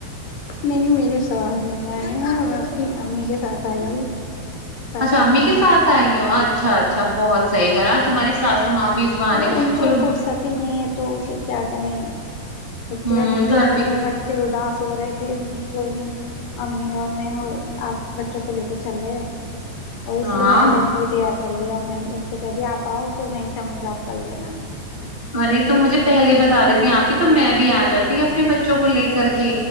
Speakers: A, on the left (about 70°); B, on the right (about 75°).
A: نہیں میرے شوہر نہیں آئے ہیں میں اپنی امی کے ساتھ ائی ہوں ساسو
B: اچھا امی
A: ماں
B: کے ساتھ آئی ہو اچھا اچھا بہت صحیح کرا تمہاری ساسو ماں بھی اس بہانے
A: ارے ان کو
B: چلو
A: فرصتی نہیں ہے تو پھر کیا کریں چھٹیاں
B: ہ
A: نکلی
B: گھر
A: جا
B: پہ
A: رہی ہے بچے اداس سو رہے تھے تو کوئی نہیں امی اور میں اب بچوں کو لے کے چلے اور اس
B: ہاں
A: لیے میں نے لنچ بھی تیار کر لیا وہیں ان سے کہہ دیا آپ آؤ تو وہیں سے ہمیں ڈراپ کر لینا
B: ارے تو مجھے پہلے بتا دیتی اپی تو میں بھی آ جاتی اپنے بچوں کو لے کر کے